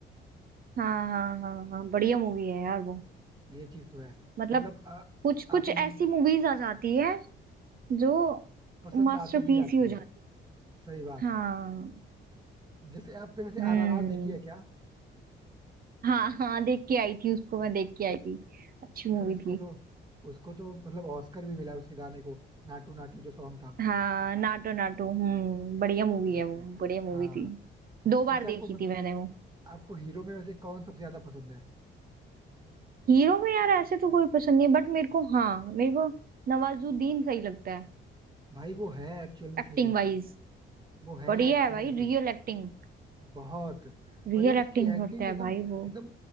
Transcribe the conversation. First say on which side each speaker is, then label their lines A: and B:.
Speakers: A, on the right (about 50°); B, on the right (about 20°).
A: हाँ हाँ हाँ हाँ बढ़िया मूवी है यार वो
B: ये चीज तो है
A: मतलब
B: मतलब आ,
A: कुछ कुछ
B: आप इन,
A: ऐसी मूवीज आ जाती है जो
B: पसंद
A: मास्टरपीस
B: आती ही आती
A: ही हो
B: है
A: जाती
B: सही बात
A: है
B: है
A: हाँ
B: जैसे आपने वैसे
A: हम्म
B: आरआरआर देखी है क्या
A: हाँ हाँ देख के आई थी उसको मैं देख के आई थी अच्छी मूवी
B: यार उसको
A: थी
B: तो उसको तो मतलब ऑस्कर भी मिला उसके गाने को नाटू नाटू जो सॉन्ग था
A: हाँ नाटो नाटो हम्म बढ़िया मूवी
B: एग्जैक्टली
A: है वो बढ़िया मूवी
B: हाँ
A: थी दो बार
B: वैसे
A: देखी
B: आपको मतलब
A: थी मैंने वो
B: आपको हीरो में वैसे कौन सबसे ज्यादा पसंद है
A: हीरो में यार ऐसे तो कोई पसंद नहीं है, बट मेरे को हाँ मेरे को नवाजुद्दीन सही लगता है
B: भाई वो है एक्चुअल में
A: Acting
B: सही
A: wise
B: वो है
A: बढ़िया
B: एक्चुअली
A: है भाई
B: में सही
A: रियल एक्टिंग
B: बहुत
A: रियल
B: और यार उसकी
A: एक्टिंग
B: एक्टिंग
A: करता
B: में
A: है
B: एकदम
A: भाई वो
B: एकदम